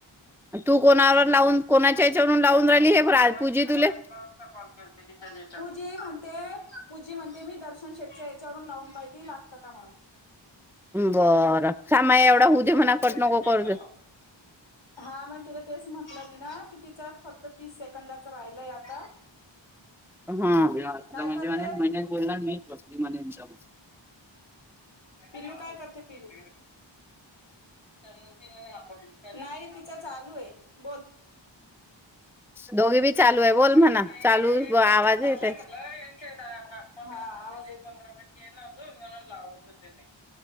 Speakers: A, in the centre; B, on the left.
A: तू कोणावर लावून- कोणाच्या
B: वैश
A: याच्यावरून
B: जशवर
A: लावून राहिली
B: पा
A: हे प्रा
B: मला वैश
A: पूजी
B: मगाता
A: तुले
B: कॉल केते तूजी म्हणते. पूजी म्हणते मी दर्शन शेटच्या याच्यावरून लावून पाहिती लागत का म्हणून.
A: बरं सामा एवढा होऊ दे
B: मग
A: म्हणा कट
B: वैशूच्या
A: नको
B: याच्यावर
A: करत-
B: लाव. हा मग तिला तेच म्हटलं मी ना की तिचा फक्त तीस सेक- कंदाच राहिलंय आता.
A: हा
B: ह
A: आता
B: काय
A: म्हणजे
B: करते
A: म्ह मने बोलला मीच बसली मच्या-
B: पिलू काय करते पिलू तपड- नाही तिच्या चालू आहे बोल.
A: दोघे बी चालू आहे बोल
B: काही
A: म्हणा
B: नाही
A: चालू
B: यांच
A: आवाज
B: ते चालय
A: येत
B: मला यांच्या- बा पंधरापैकी नून म्हणून लावत होते मी.